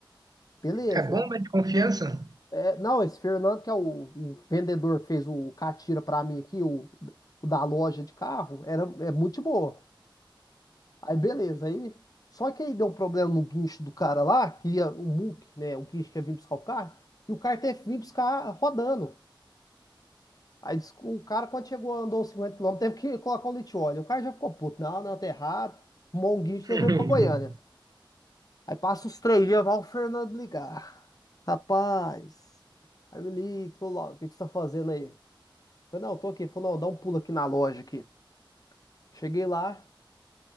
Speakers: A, on the left (about 45°); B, on the right (about 50°).
A: Beleza.
B: é bomba
A: Eu-
B: de confiança?
A: é, não, esse Fernando, que é o, o vendedor que fez o catira pra mim aqui, o, o da loja de carro, era, é muito de boa. Aí beleza, aí. Só que aí deu um problema no guincho do cara lá, que ia, o muque, né? O guincho que ia vir buscar o carro, e o carro teve que vir buscar rodando. Aí disse que o cara, quando chegou, andou 50 quilômetros, teve que colocar um litióleo. O cara já ficou puto. Não, não, tá errado. Arrumou um guincho e levou
B: <laughs>
A: ele pra Goiânia. Aí passa os três dias, vai o Fernando ligar. Rapaz. Aí me liga, falou, Lauro, o que que você tá fazendo aí? Eu falei, não, eu tô aqui. Ele Falou, não, dá um pulo aqui na loja aqui. Cheguei lá,